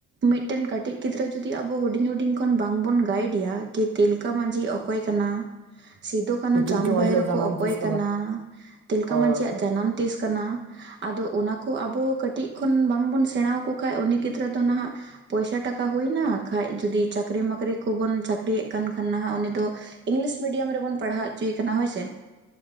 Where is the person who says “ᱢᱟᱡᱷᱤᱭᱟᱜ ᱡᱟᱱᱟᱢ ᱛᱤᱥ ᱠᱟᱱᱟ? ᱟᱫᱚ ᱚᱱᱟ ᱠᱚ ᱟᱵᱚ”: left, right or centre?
Right